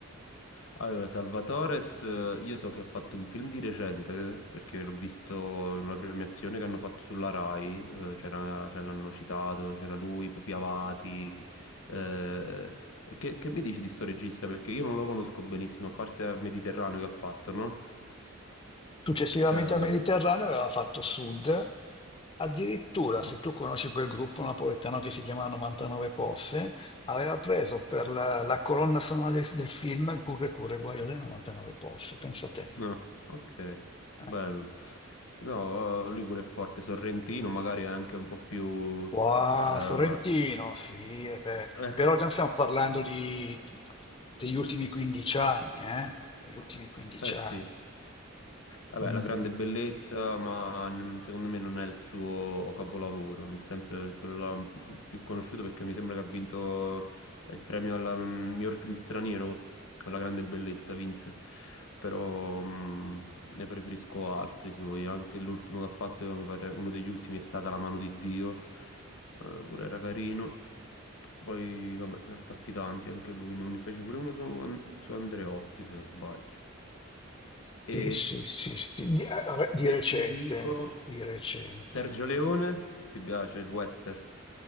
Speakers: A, on the left (about 70°); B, on the left (about 25°).
A: Allora, Salvatores, eh, io so che ha fatto un film di recente, eh, perché l'ho visto in una premiazione che hanno fatto sulla Rai, eh, c'era, ce l'hanno citato, c'era lui, Pupi Avati. eh, che, che mi dici di sto regista? Perché io non lo conosco benissimo, a parte Mediterraneo che ha fatto, no?
B: Successivamente
A: Eh,
B: al Mediterraneo aveva fatto sud, addirittura se
A: oh,
B: tu conosci quel gruppo napoletano che si chiama 99 Posse, aveva preso per la, la colonna sonora del, del film Curre Curre Guaio delle 99 Posse, pensa te.
A: no, ok, bello.
B: Eh.
A: No, eh, lui pure è forte, Sorrentino magari è anche un po' più...
B: Wow,
A: eh,
B: Sorrentino, sì, eh beh.
A: eh,
B: Però già stiamo parlando di- degli ultimi 15 anni, eh? Degli ultimi 15
A: eh sì,
B: anni.
A: Vabbè,
B: Mm.
A: la grande bellezza, ma n- secondo me non è il suo capolavoro, nel senso che quello là m- più conosciuto perché mi sembra che ha vinto il premio al mm, miglior film straniero, con la grande bellezza vinse, però mh, ne preferisco altri suoi, anche l'ultimo che ha fatto, mi pare uno degli ultimi è stata La mano di Dio, eh, pure era carino. Poi, vabbè, ne ha fatti tanti anche lui, ne ne fece pure uno su, An- su Andreotti, se non sbaglio.
B: Sì,
A: E
B: sì, sì, sì. Di, eh, re- di
A: se
B: recente,
A: ti dico
B: di recente.
A: Sergio Leone, ti piace il western?